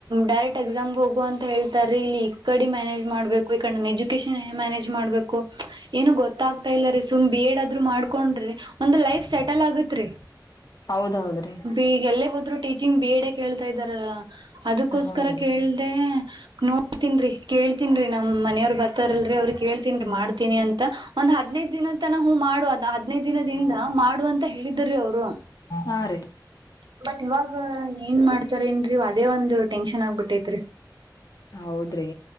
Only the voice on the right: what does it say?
ಡೈರೆಕ್ಟ್ ಎಕ್ಸಾಮ್ಗೆ ಹೋಗುವ ಅಂತ ಹೇಳ್ತಾರೀ ಇಲ್ಲಿ ಇಡಿ <unintelligible> ಮ್ಯ <unintelligible> ಏನ್ ಮಾಡಬೇಕು ಈ ಕಡೆ ಎಜುಕೇಶನ್ ಏನು ಮಾಡಬೇಕು ಅಂತ ಗೊತ್ತಾಗ್ತಾ ಇಲ್ಲ <unintelligible> ಬಿ ಎಡ್ ಆದ್ರೂ ಮಾಡ್ಕೊಂಡ್ರೆ ಒಂದು ಲೈಫ್ ಸೆಟಲ್ ಆಗುತ್ ತ್ರಿ
ಬಿ <unintelligible> ಎಲ್ಲಿಗ್ ಹೋದರು ಟೀಚಿಂಗ್ ಬಿ ಎಡ್ ಹೇ ಕೇಳ್ತಾ ಇದಾರಲ್ಲ ಅದಕ್ಕೋಸ್ಕರ
ಕೇಳ್ದೆ ನೋಡ್ತನ್ರಿ ಕೇಳ್ತನ್ ರಿ ನಮ್ ಮನೆಯವ್ರು ಬರ್ತಾರಲ್ರರಿ ಅವ್ರರು ಕೇಳ್ತನ್
ಮಾಡ್ತೀನಿ ಅಂತ ಒಂದ್ ಹದಿನೈದು ದಿನ ತ <unintelligible> ಹೂ ಮಾಡುವ ಹದ್ನೈದು ದಿನದಿಂದ ಮಾಡುವ ಅಂತ ಹೇಳಿದ ರಿ ಅವರು
<unintelligible> ಅದೇ ಒಂದು ಟೆನ್ಷನ್ ಆಗ್ಬಿಟ್ಟೈತ್ರಿ